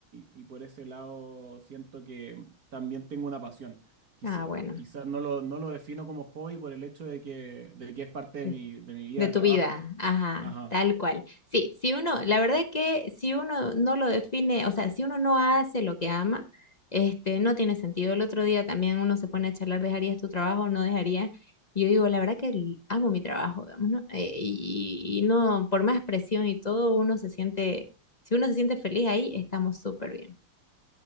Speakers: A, on the right; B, on the left.
A: y- y por ese lado siento que también tengo una pasión.
B: ah, bueno.
A: Quizás no lo, no lo defino como hobby por el hecho de que, de que es parte de
B: De
A: mi, de mi vida
B: de
A: de
B: tu
A: trabajo.
B: vida, ajá,
A: Ajá.
B: tal cual. Sí, si uno, la verdad que si uno no lo define, o sea, si uno no hace lo que ama, este, no tiene sentido. El otro día también uno se pone a charlar, ¿dejarías tu trabajo? ¿No dejarías? Y Yo digo, la verdad que l- amo mi trabajo, digamos, ¿no? Eh, y, y no, por más presión y todo, uno se siente, si uno se siente feliz ahí, estamos súper bien,